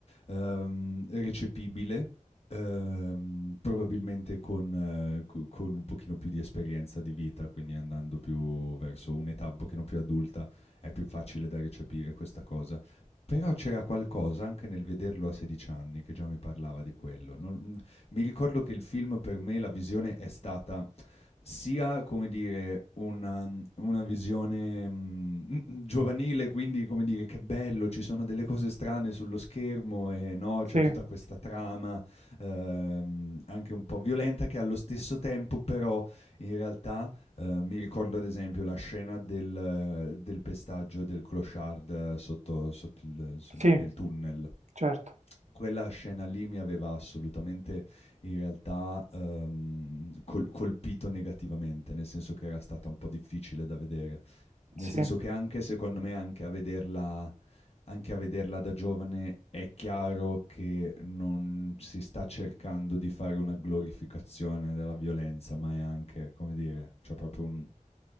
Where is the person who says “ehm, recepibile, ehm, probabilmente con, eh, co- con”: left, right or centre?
Left